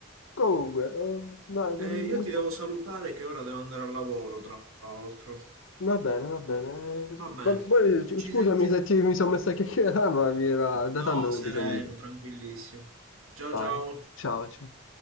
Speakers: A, on the left (about 65°); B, on the right (about 80°).
A: Comunque, eh, dai,
B: Eh,
A: mi-
B: io
A: mi-
B: ti devo salutare che ora devo andare al lavoro, tra l'altro.
A: va bene, va bene.
B: Vabbè,
A: Ma poi, c-
B: ci
A: scusami
B: sentiamo.
A: se ti- mi sono messo a chiacchierare, ma mi era da
B: No,
A: tanto che
B: sereno,
A: non ti sentivo.
B: tranquillissimo. Ciao ciao.
A: Dai, ciao. ci-